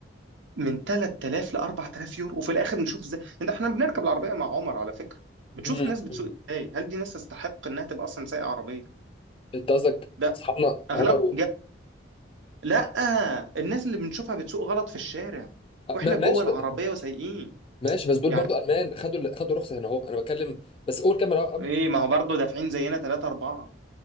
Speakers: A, on the right; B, on the left.
A: من 3000 ل 4000 يورو وفي الاخر نشوف ازاي انت احنا بنركب العربية مع عمر على فكرة بتشوف
B: مم.
A: الناس بتسوق
B: مم.
A: ازاي هل دي ناس تستحق انها تبقى اصلا سايقة عربية
B: انت قصدك
A: ده
B: اصحابنا
A: اغلبهم
B: عمر و...
A: لا الناس اللي بنشوفها بتسوق غلط في الشارع
B: آه،
A: واحنا
B: ما- ماشي
A: جوه العربية
B: ب...
A: وسايقين
B: ماشي بس دول
A: يعني
B: برضو المان خدوا ال- خدوا الرخصه هنا اهو انا بتكلم بس قول كام رقم قبل.
A: ايه ما هو برضه دافعين زينا 3 4